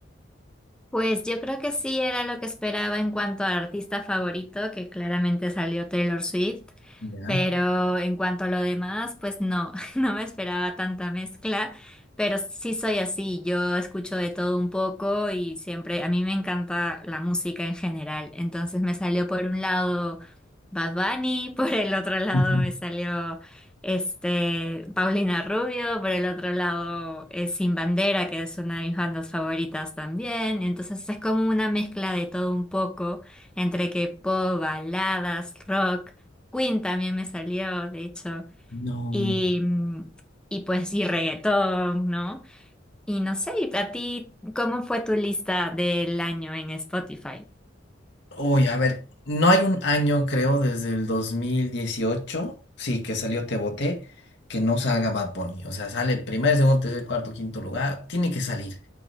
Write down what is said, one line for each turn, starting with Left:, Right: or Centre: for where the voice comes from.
Centre: Pues yo creo que sí era lo que esperaba en cuanto a artista favorito, que claramente salió Taylor Swift,
Left: ¿Ya?
Centre: pero en cuanto a lo demás, pues no, <laughs> no me esperaba tanta mezcla, pero sí soy así, yo escucho de todo un poco y siempre, a mí me encanta la música en general, entonces me salió por un lado Bad Bunny, <laughs> por el otro lado
Left: Ujú.
Centre: me salió este, Paulina Rubio, por el otro lado, eh, Sin Bandera, que es una de mis bandas favoritas también. Entonces es como una mezcla de todo un poco, entre que pop, baladas, rock. Queen también me salió, de hecho.
Left: No.
Centre: Y, mm, y pues, y reggaetón, ¿no? Y no sé, ¿y a ti, ¿cómo fue tu lista del año en Spotify?
Left: Uy, a ver, no hay un año, creo, desde el 2018 sí, que salió Te Boté, que no salga Bad Bunny. O sea, sale primer, segundo, tercer, cuarto, quinto lugar. Tiene que salir.